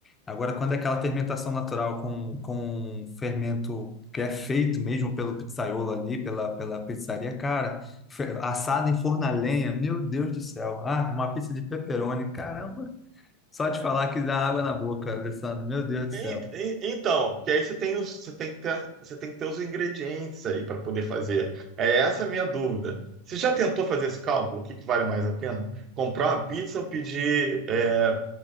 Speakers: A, on the left (about 20°); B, on the right (about 35°).
A: Agora, quando é aquela fermentação natural com, com fermento que é feito mesmo pelo pizzaiolo ali, pela, pela pizzaria, cara, fe- assada em forno a lenha, meu Deus do céu. Ah, uma pizza de pepperoni, caramba. Só de falar que dá água na boca, Alessandro, meu Deus do
B: En-
A: céu.
B: en- Então, porque aí você tem os, você tem que ter, você tem que ter os ingredientes aí para poder fazer. É essa a minha dúvida. Você já tentou fazer esse cálculo? O que que vale mais a pena? Comprar uma pizza ou pedir, é,